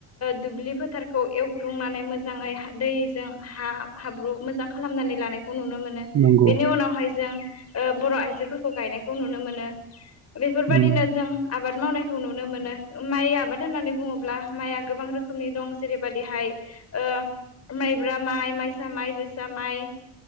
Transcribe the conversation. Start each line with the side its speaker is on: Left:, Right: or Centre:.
Left: दुब्लि फोथारखौ एवग्लुंनानै मोजाङै दैजों हा हाब्रु ब्रु मोजां खालामनानै लानाय खौ नुनो मोनो
Right: नंगौ
Left: बेनि
Right: नंगौ
Left: उनावहाय जों अ बर' आइजोफोरखौ गायनायखौ नुनो मोनो। बेफोरबायदिनो
Right: उम
Left: जों आबाद मावनायखौ नुनो नो मोनो माइ आबाद होननानै बुङोब्ला माइया गोबां रोखोमनि दं जेरैबायदिहाय ओ माइब्रा माइ माइसा माइ जोसा माइ